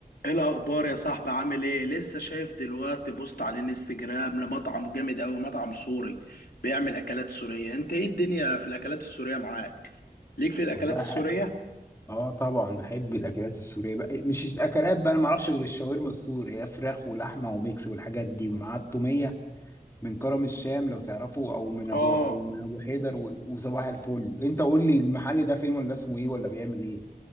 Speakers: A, on the left; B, on the left.
A: ايه الاخبار يا صاحبي عامل ايه لسه شايف دلوقتي بوست على الانستجرام لمطعم جامد اوي مطعم سوري بيعمل اكلات سورية انت ايه الدنيا في الاكلات السورية معاك ليك في الاكلات
B: والله
A: السورية
B: ح- اه طبعا بحب الاكلات السوريه بقى مش الاكلات بقى انا ما اعرفش غير الشاورما السوري هي فراخ ولحمه وميكس والحاجات دي مع التوميه من كرم الشام لو تعرفه او من ابو
A: اه
B: او من ابو حيدر و- وصباح الفل انت قول لي المحل ده فين ولا اسمه ايه ولا بيعمل ايه